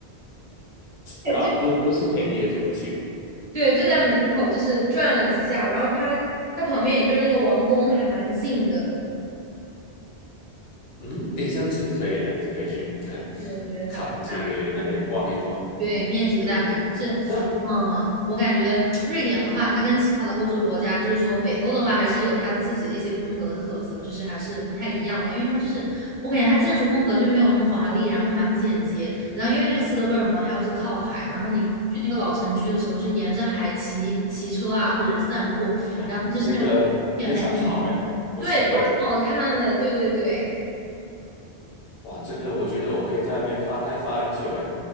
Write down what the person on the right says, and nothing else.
哎，
就
对，就在门口，
就是转了几下，然后它它旁边也就是那个王宫还蛮近的，
对，我觉得它不大，
对，面积不大，
反正就是，
嗯，我感觉瑞典的话，它跟其他的欧洲国家，就是说北欧的话，还是有它自己的一些风格的特色，就是还是不太一样的，因为它就是我感觉它建筑风格就没有那么华丽，然后蛮简洁，然后因为那个斯德哥尔摩它又是靠海，然后你。去那个老城区的时候，就沿着海骑骑车啊，或者是散步，
然后就是那种天得还挺美
对，这个挺好看的，对对对。